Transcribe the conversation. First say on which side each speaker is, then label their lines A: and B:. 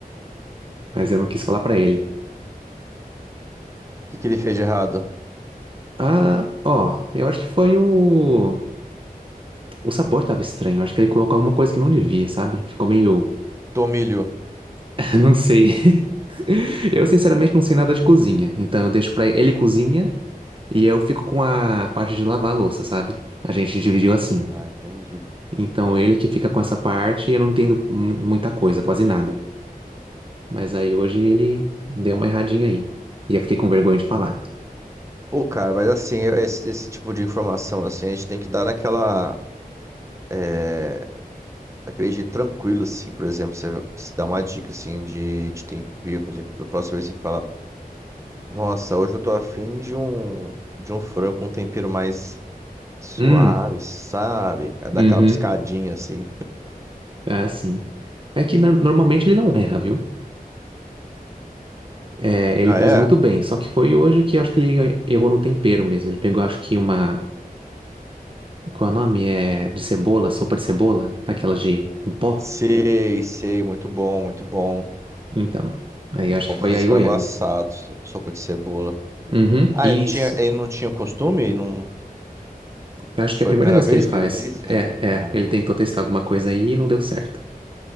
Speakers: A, on the right (about 35°); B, on the right (about 20°).
A: mas eu não quis falar pra ele.
B: que que ele fez de errado?
A: Ah, ó, eu acho que foi o. O sabor tava estranho, eu acho que ele colocou alguma coisa que não devia, sabe? Ficou meio.
B: Tomilho.
A: <laughs> Não sei. Eu, sinceramente, não sei nada de cozinha. Então, eu deixo pra ele, ele cozinha e eu fico com a parte de lavar a louça, sabe? A gente dividiu assim.
B: Ah, entendi.
A: Então, ele que fica com essa parte e eu não entendo mu- muita coisa, quase nada. Mas aí, hoje, ele deu uma erradinha aí. E eu fiquei com vergonha de falar.
B: Pô, cara, mas assim, esse, esse tipo de informação, assim, a gente tem que dar naquela, é, naquele jeito tranquilo, assim, por exemplo, você, você dá uma dica, assim, de, de tempero, por exemplo, da próxima vez você fala, nossa, hoje eu tô afim de um, de um frango com um tempero mais Suave,
A: Hum,
B: sabe? É daquela
A: uhum.
B: piscadinha assim.
A: Ah, sim. É que nor- normalmente ele não erra, viu? É, ele
B: Ah,
A: faz
B: é?
A: muito bem. Só que foi hoje que eu acho que ele errou no tempero mesmo. Ele pegou, acho que uma. Qual é o nome? É de cebola, sopa de cebola? Aquelas de em pó?
B: Sei, sei, muito bom, muito bom.
A: Então, aí acho
B: Bom
A: que foi
B: pra fazer
A: aí
B: frango
A: o erro.
B: assado, so- sopa de cebola.
A: Uhum,
B: Ah,
A: isso.
B: ele não tinha, ele não tinha costume? Ele Não...
A: Eu acho
B: Foi
A: que é a primeira
B: a primeira
A: vez
B: vez
A: que ele faz.
B: que ele fez?
A: É,
B: É,
A: é.
B: Ah.
A: Ele tentou testar alguma coisa aí e não deu certo.